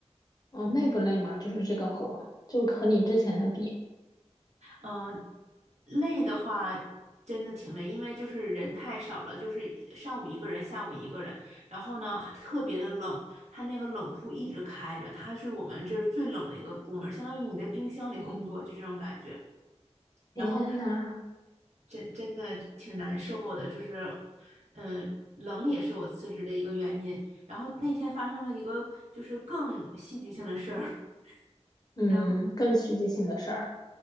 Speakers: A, on the left; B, on the right.
A: 哦，累不累嘛？就是这个活，就和你之前的比。
B: 嗯，累的话真的挺累，因为就是人太少了，就是上午一个人，下午一个人，然后呢还特别的冷，它那个冷库一直开着，它是我们这儿最冷的一个部门，相当于你在冰箱里工作，就这种感觉。
A: 天呐，
B: 然后真真的挺难受的，就是嗯，冷也是我辞职的一个原因。然后那天发生了一个就是更戏剧性的事儿。<laughs>
A: 嗯，
B: 然后。
A: 更实际性的事儿，